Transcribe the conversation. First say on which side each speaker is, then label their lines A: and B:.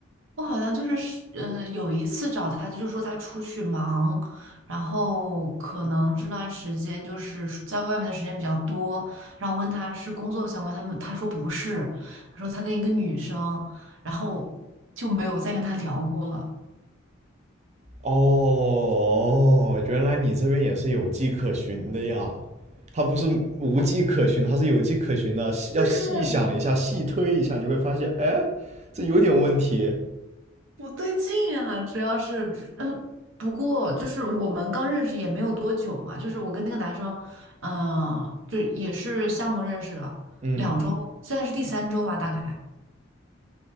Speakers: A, on the right (about 75°); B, on the right (about 35°).
A: 我好像就是，嗯、有一次找他，他就说他出去忙，然后可能这段时间就是在外面的时间比较多，然后问他是工作相关，他们他说不是，他说他跟一个女生，然后就没有再跟他聊过了。
B: 哦，哦哦哦哦原来你这边也是有迹可循的呀，他不是无迹可循，他是有迹可循的。细要细想一下，
A: <laughs> 对
B: 细推一下，你会发现，哎，这有点问题。
A: 不对劲啊，主要是，嗯，不过就是我们刚认识也没有多久嘛，就是我跟那个男生，嗯、就也是项目认识的，
B: 嗯
A: 两周，现在是第三周吧，大概。